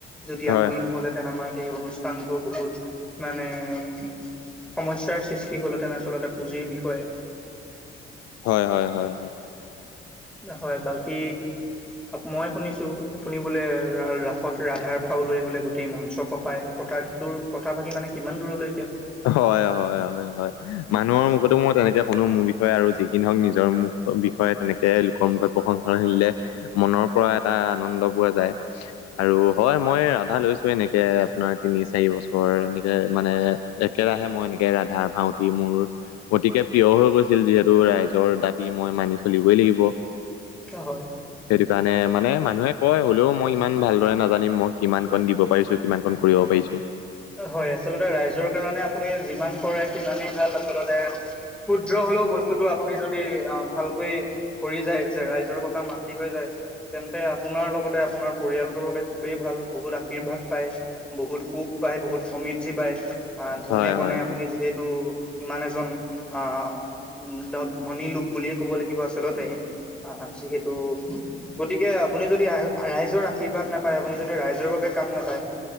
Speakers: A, in the centre; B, on the left.
A: যদি
B: হয়
A: আপুনি নহ'লেহেঁতেন আমাৰ সেই অনুষ্ঠানটো বহুত মানে উ সমস্যয়াৰ সৃষ্টি হ'ল হেতেনে আচলতে পুঁজিৰ বিষয়ে <unintelligible>
B: হয় হয় হয় হয়
A: হয় বাকী মই শুনিছো আপুনি বোলে ৰাসত ৰাধাৰ ভাও লৈ বোলে গোটেই মঞ্চ কপাই কথা দূৰ কথা ভাকি মানে কিমান দূৰলৈ
B: হয় হয় হয় হয় মানুহৰ মুখতো মই তেনেকে কোনো মোৰ বিষয়ে আৰু যিকিন নহওক নিজৰ মুখ বিষয়ে তেনেকে লোকৰ মুখত প্ৰশংসানিলে মনৰ পৰা এটা আনন্দ পোৱা যায় আৰু হয় মই দা লৈছো এনেকে আপোনাৰ তিনি চাৰি বছৰ এনেকে মানে একেৰাহে মই এনেকে ৰা তাৰ ভাওঁতি মোৰ গতিকে প্ৰিয় হৈ গৈছিল যিহেতু ৰাইজৰ দাবী মই মানি চলিবই লাগিব।
A: হয়।
B: জানে মানে মানুহে কয় হ'লেও মই ইমান ভালদৰে নাজানিম মই কিমান কণ দিব পাৰিছো কিমান কণ কৰিব পাৰিছো।
A: হয় আচলতে ৰাইজৰ কাৰণে আপুনি যিমান কৰে সিমানেই ভাল আচলতে। ক্ষুদ্ৰ হলেও বস্তুটো আপুনি যদি আহ ভালকৈ কৰি যায় যে ৰাইজৰ কথা মান্তি হৈ যায়। তেন্তে আপোনাৰ লগতে আপোনাৰ পৰিয়ালটোৰ বাবে খুবেই ভাল। বহুত আশীৰ্বাদ পায় বহুত সুখ পায় বহুত সমৃদ্ধি পায়। ধনে
B: হয়
A: বনে
B: হয়
A: আপুনি
B: হয়
A: যিহেতু ইমান এজন, আ উম্ ধত ধনী লোক বুলিয়ে ক'ব লাগিব আচলতে। আহ যিহেতু গতিকে আপুনি যদি ৰাইজৰ আশীৰ্বাদ নাপায় আপুনি যদি ৰাইজৰ বাবে কাম নাপায়